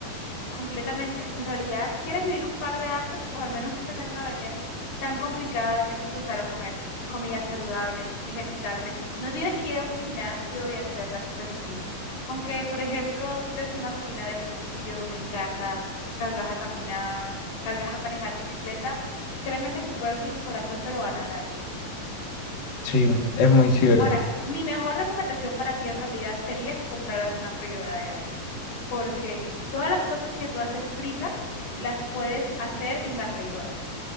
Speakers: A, on the left; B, on the left.
A: Completamente. Si en realidad quieres vivir un par de años o al menos no tener una vejez tan complicada, debes comenzar a comer comidas saludables, ejercitarte. No tienes que ir a un gimnasio y hacer las super rutinas. Con que, por ejemplo, adoptes una rutina de ejercicios en casa, salgas a caminar, salgas a manejar bicicleta, créeme que tu cuerpo y tu corazón te lo van a agradecer.
B: Sí, es muy cierto.
A: Ahora, mi mejor recomendación para ti en realidad sería que compraras una freidora de aire, porque todas las cosas que tú haces fritas las puedes hacer en la freidora,